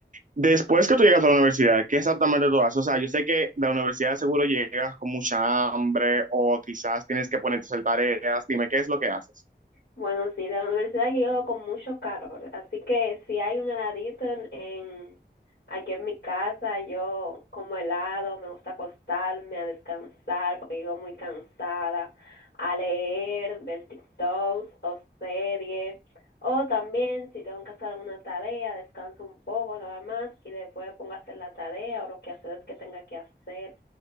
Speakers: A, on the right; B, on the left.
A: Después que tú llegas a la universidad, ¿qué exactamente tú haces? O sea, yo sé que de la universidad seguro llegas con mucha hambre o quizás tienes que ponerte a hacer tareas. Dime, ¿qué es lo que haces?
B: Bueno, sí, de la universidad yo llego con mucho calor, así que si hay un heladito en, en- aquí en mi casa, yo como helado, me gusta acostarme a descansar porque llego muy cansada, a leer, ver TikToks o series, o también si tengo que hacer alguna tarea, descanso un poco nada más y después me pongo a hacer la tarea o lo que hacer es que tenga que hacer